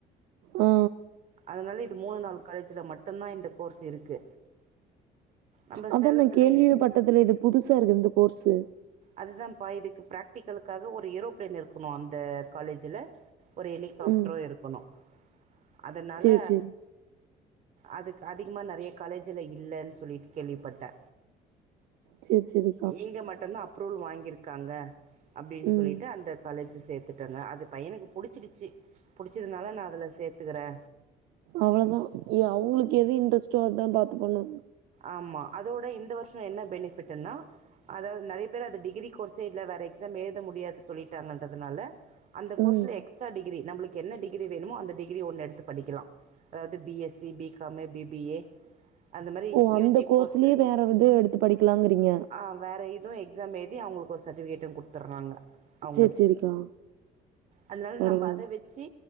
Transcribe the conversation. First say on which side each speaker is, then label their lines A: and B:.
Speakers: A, on the right; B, on the right.
A: ஆ
B: அதுனால இ இது மூணு நாலூ காலேஜ்ல மட்டுந்தா இந்த கோர்ஸ் இருக்கு நம்ம
A: அதா
B: சேலத்துல
A: நா கேள்வியே
B: இருக்கு
A: பட்டதுல இது புதுசா இருக்கு இந்த கோர்ஸு
B: அதுதான் பா இதுக்கு ப்ராக்டிக்கலுக்காக ஒரு ஏரோப்ளேன் இருக்குமா அந்த காலேஜுல ஒரு எலிகாஃப்டரு
A: ம்
B: இருக்கணு அதுனால
A: சேரி சேரி
B: அதுக் அதிகமா நெறைய காலேஜுல இல்லன் சொல்லிட்டு கேள்விப்பட்டே
A: செர் செரி
B: இங்க மட்டுந்தா அப்ரூவல் வாங்கிருக்காங்க அப்டின்
A: ம்
B: சொல்லிட்டு அந்த காலேஜு சேத்துட்டேங்க அது பையனுக்கு புடுச்சுகிச்சு பிடுச்சதுனால நா அதுல சேத்துக்கிறே
A: அவ்வளதா எ அவுங்களுக்கு எது இன்ட்ரஸ்ட்டோ அதா பாத்துகனு
B: ஆமா அதோட இந்த வர்ஷோ என்ன பெனிஃபிட்டுன்னா அதாவது நெறைய பேர் அது டிகிரி கோர்ஸ்ஸே வேற எக்ஸாம் எழுத முடியாது சொல்லிட்டாங்கன்றதுனால அந்த கோர்ஸ்ல
A: ம்
B: எக்ஸ்ட்ரா டிகிரி நம்மளுக்கு என்ன டிகிரி வேணுமோ அந்த டிகிரி ஒன்னு எடுத்து படிக்கலா அதாவ்து B S C B com B B A அந்த மாதி
A: ஓ
B: யூ
A: அந்த
B: ஜி
A: கோர்ஸ்லயே
B: கோர்ஸு
A: வேற இது எடுத்து படிக்கலாங்கிறீங்க
B: ஆ வேற இதுவு எக் எக்ஸாம் எழுதி அவ்ங்களுக்கு ஒரு சர்டிஃபிகேட்டு குட்த்துர்றாங்க அவ்ங்களே
A: சேரி சேரிக்கா
B: அதனால
A: பரவால்ல
B: நம்ப அத வெச்சு